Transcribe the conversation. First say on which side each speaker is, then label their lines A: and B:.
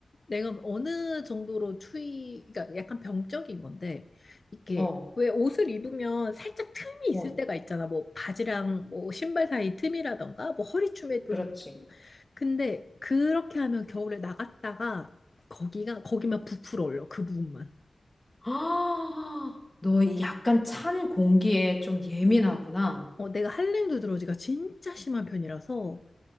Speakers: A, on the left; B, on the left.
A: 내가 어느 정도로 추위, 그러니까 약간 병적인 건데, 이렇게
B: 어,
A: 왜 옷을 입으면 살짝 틈이 있을
B: 어,
A: 때가 있잖아. 뭐 바지랑 뭐 신발 사이 틈이라던가, 뭐 허리춤에 또.
B: 그렇지.
A: 좀- 근데 그렇게 하면 겨울에 나갔다가 거기가, 거기만 부풀어 올려. 그 부분만.
B: <gasps> 아, 너이 약간 찬 공기에 좀 예민하구나.
A: 어, 내가 한랭 두드러지가 진짜 심한 편이라서